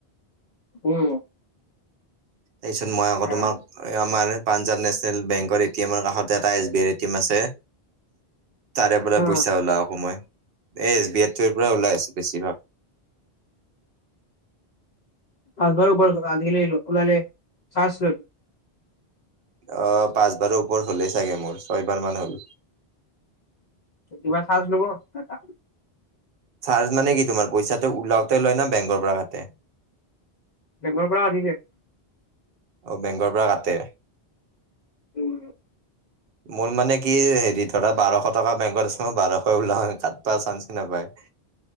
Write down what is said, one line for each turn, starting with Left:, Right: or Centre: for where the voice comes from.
Left: উম।
Right: তাৰপিছত মই
Left: আচ্ছা
Right: আকৌ তোমাক, আমাৰ পাঞ্জাৱ নেচনেল বেংকৰ এ টি এমৰ কাষতে এটা এছ বি আইৰ এ টি এম আছে। তাৰে পৰা
Left: অ
Right: পইচা উলাও আক মই এ এছ বি আইৰ টো পৰা ওলাই বেছি ভাগ।
Left: আগৰ ওপৰত আনিলে লুকুৱালে চাৰ্জ লয়
Right: অ পাঁচবাৰৰ ওপৰত হলেই চাগে মোৰ ছয়বাৰ মান হ'ল।
Left: ত কিবা লব এনকা
Right: চাৰ্জ মানে কি তোমাৰ পইচাটো ওলাওতে লয় না বেংকৰ পৰা কাটে।
Left: বেংৰ পৰা <unintelligible>
Right: অ বেংকৰ পা কাটে।
Left: উম
Right: মোৰ মানে কি হেৰি ধৰা বাৰশ টকা বেংকত আছে মই বাৰশই উলাও কাটবা চাঞ্চ নাপায়